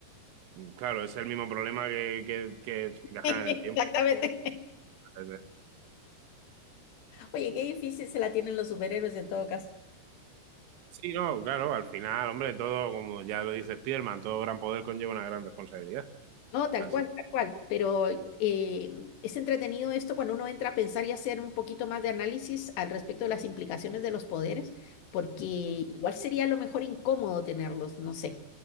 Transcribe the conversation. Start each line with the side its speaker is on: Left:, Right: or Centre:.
Right: mm, claro, es el mismo problema que, que, que viajar
Left: <laughs> exactamente,
Right: en el tiempo. Es de-
Left: oye, qué difícil se la tienen los superhéroes en todo caso.
Right: Sí, no, claro, al final, hombre, todo, como ya lo dice Spiderman, todo gran poder conlleva una gran responsabilidad.
Left: No, tal
Right: Así.
Left: cual, tal cual. Pero eh, es entretenido esto cuando uno entra a pensar y hacer un poquito más de análisis al respecto de las implicaciones de los poderes, porque igual sería a lo mejor incómodo tenerlos, no sé.